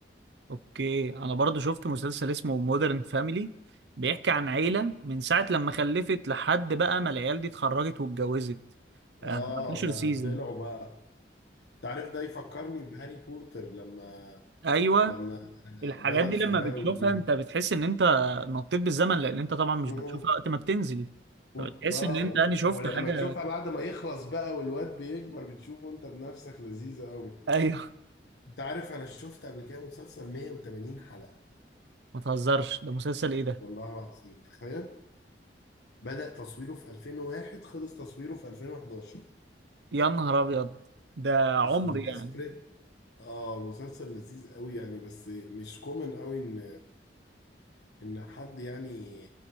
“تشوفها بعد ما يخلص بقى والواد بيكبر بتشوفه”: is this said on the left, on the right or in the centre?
Left